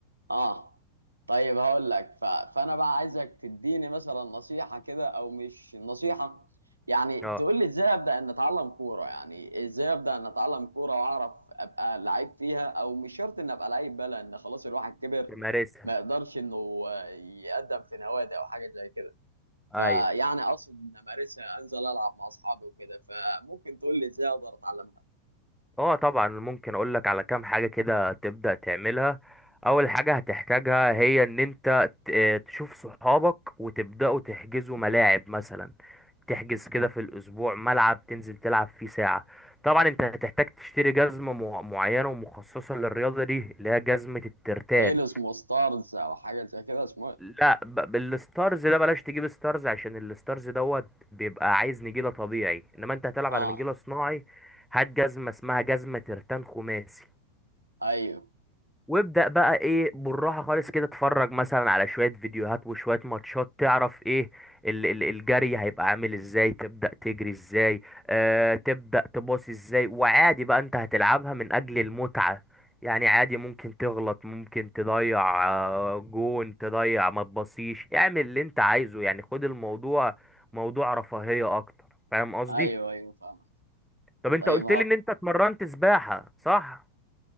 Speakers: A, on the right; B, in the centre.
A: اه طيب هقول لك ف... فانا بقى عايزك تديني مثلا نصيحه كده او مش نصيحه يعني
B: اه
A: تقول لي ازاي ابدا ان اتعلم كوره يعني ازاي ابدا ان اتعلم كوره واعرف ابقى لعيب فيها او مش شرط ان ابقى لعيب بقى لان خلاص الواحد كبر
B: بمارسها
A: ما يقدرش انه يقدم في نوادي او حاجه زي كده فيعني
B: ايوه
A: اقصد ان امارسها انزل العب مع اصحابي وكده فممكن تقول لي ازاي اقدر اتعلمها
B: اه طبعا ممكن اقول لك على كام حاجة كده تبدأ تعملها اول حاجة هتحتاجها هي ان انت ت- آه، تشوف صحابك وتبدأوا تحجزوا ملاعب مثلا تحجز كده في الاسبوع ملعب تنزل تلعب فيه ساعة طبعا انت هتحتاج تشتري جزمة مع- معينة ومخصصة للرياضة دي اللي هي جزمة الترتان
A: هيل اسمه ستارز او حاجه زي كده اسمه إيه؟
B: لا ب- بالستارز ده بلاش تجيب ستارز عشان الستارز دوت بيبقى عايز نجيلة طبيعي انما انت هتلعب
A: اه
B: على نجيلة صناعي هات جزمة اسمها جزمة ترتان خماسي
A: ايوه
B: وابدأ بقى ايه بالراحة خالص كده اتفرج مثلا على شوية فيديوهات وشوية ماتشات تعرف ايه ال- ال- الجري هيبقى عامل ازاي تبدأ تجري ازاي آه تبدأ تباصي ازاي وعادي بقى انت هتلعبها من اجل المتعة يعني عادي ممكن تغلط ممكن تضيع آه، جون تضيع ما تبصيش اعمل اللي انت عايزه يعني خد الموضوع موضوع رفاهية اكتر فاهم قصدي
A: ايوه ايوه فاهم
B: طب انت
A: طيب
B: قلت
A: هو
B: لي ان انت اتمرنت سباحة صح